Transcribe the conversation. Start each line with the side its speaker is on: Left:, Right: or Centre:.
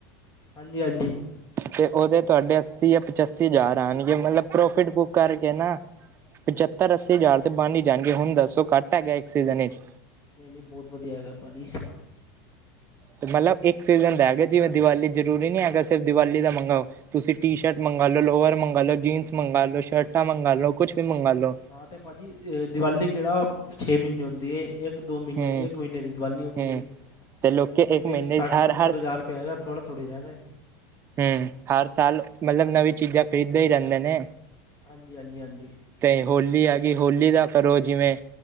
Left: ਹਾਂਜੀ-ਹਾਂਜੀ।
Right: ਤੇ ਓਦੇ ਤੁਆਡੇ ਅੱਸੀ ਜਾਂ ਪਚਾਸੀ ਹਜ਼ਾਰ ਆਣਗੇ ਮਤਲਬ ਪ੍ਰੋਫਿਟ ਬੁੱਕ ਕਰਕੇ ਨਾ ਪਚੱਤਰ-ਅੱਸੀ ਹਜ਼ਾਰ ਤੇ ਬੰਣ ਹੀ ਜਾਣਗੇ ਹੁਣ ਦੱਸੋ, ਘੱਟ ਹੈਗਾ ਇੱਕ ਸੀਜ਼ਨ ਵਿੱਚ।
Left: ਨਹੀਂ-ਨਹੀਂ, ਬਹੁਤ ਵਧੀਆ ਹੈਗਾ ਭਾਜੀ।
Right: ਤੇ ਮਤਲਬ ਇੱਕ ਸੀਜ਼ਨ ਦਾ ਹੈਗਾ, ਜਿਵੇਂ ਦੀਵਾਲੀ ਜ਼ਰੂਰੀ ਨਹੀਂ ਹੈਗਾ, ਸਿਰਫ ਦੀਵਾਲੀ ਦਾ ਮੰਗਾਓ। ਤੁਸੀਂ ਟੀ-ਸ਼ਰਟ ਮੰਗਵਾਲੋ, ਲੋਵਰ ਮੰਗਵਾ‌ਲੋ, ਜੀਨਸ ਮੰਗਵਾਲੋ, ਸ਼ਰਟਾਂ ਮੰਗਵਾਲੋ, ਕੁਛ ਵੀ ਮੰਗਵਾ ਲੋ।
Left: ਹਾਂ, ਤੇ ਭਾਜੀ ਦਿਵਾਲੀ ਕਿਹੜਾ ਛੇ ਮਹੀਨੇ ਹੁੰਦੀ ਏ, ਇਹ ਦੋ ਮਹੀਨੇ
Right: ਹਮ
Left: ਇੱਕ ਮਹੀਨੇ ਦੀ ਦੀਵਾਲੀ ਹੁੰਦੀ
Right: ਹਮ
Left: ਏ। ਅਤੇ
Right: ਤੇ ਲੋਕੀ
Left: ਜਿਹੜਾ ਇੱਕ ਮਹੀਨੇ 'ਚ ਸੱਠ,
Right: ਹਰ
Left: ਸੱਤਰ
Right: ਹਰ
Left: ਹਜ਼ਾਰ ਰੁਪਇਆ ਹੈਗਾ ਥੋੜਾ ਥੋੜੀ ਹੈਗਾਏ।
Right: ਹੂੰ, ਹਰ ਸਾਲ ਮਤਲਬ ਨਵੀਂ ਚੀਜ਼ਾਂ ਖਰੀਦਦੇ ਹੀ ਰਹਿੰਦੇ ਨੇ।
Left: ਹਾਂਜੀ ਹਾਂਜੀ ਹਾਂਜੀ
Right: ਤੇ ਹੋਲੀ ਆਗੀ, ਹੋਲੀ ਦਾ ਕਰੋ
Left: ਹੂੰ
Right: ਜਿਵੇਂ